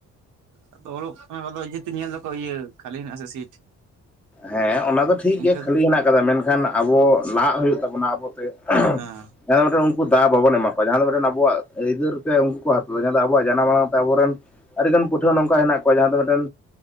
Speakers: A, on the right; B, in the centre.
A: ᱟᱫᱚ ᱚᱞᱚᱜ ᱠᱟᱱᱟ ᱠᱚ ᱟᱫᱚ ᱡᱮᱦᱮᱛᱩ ᱧᱮᱞ ᱫᱟᱠᱚ ᱤᱭᱟᱹ ᱠᱷᱟᱞᱤ ᱦᱮᱱᱟᱜ-ᱟ ᱥᱮ ᱥᱤᱴ᱾
B: ᱦᱮᱸ ᱚᱱᱟ ᱫᱚ ᱴᱷᱤᱠ
A: ᱤᱱᱠᱟᱹ
B: ᱜᱮ ᱠᱷᱟᱞᱤ
A: ᱫᱚ
B: ᱦᱮᱱᱟᱜ ᱠᱟᱫᱟ ᱢᱮᱱᱠᱷᱟᱱ ᱟᱵᱚ ᱞᱟᱦᱟᱜ ᱦᱳᱭᱳᱜ ᱛᱟᱵᱚᱱᱟ ᱟᱵᱚ ᱛᱮ᱾
A: ᱦᱮᱸ᱾
B: ᱡᱟᱦᱟᱸ ᱫᱚ ᱢᱮᱴᱮᱱ ᱩᱱᱠᱩ ᱫᱟᱣ ᱵᱟᱵᱚᱱ ᱮᱢᱟ ᱠᱚᱣᱟ ᱡᱟᱦᱟᱸ ᱫᱚ ᱢᱮᱴᱮᱱ ᱟᱵᱚᱣᱟᱜ ᱟᱹᱭᱫᱟᱹᱨ ᱛᱮ ᱩᱱᱠᱩ ᱠᱚ ᱦᱟᱛᱟ ᱫᱟ ᱧᱮᱞ ᱫᱟ ᱟᱵᱚᱣᱟᱜ ᱡᱟᱱᱟᱢ ᱟᱲᱟᱝ ᱛᱮ ᱟᱵᱚᱨᱮᱱ᱾ ᱟᱰᱤᱜᱟᱱ ᱯᱟᱹᱴᱷᱩᱣᱟᱹ ᱱᱚᱝᱠᱟ ᱦᱮᱱᱟᱜ ᱠᱚᱣᱟ ᱡᱟᱦᱟᱸ ᱫᱚ ᱢᱮᱴᱮᱱ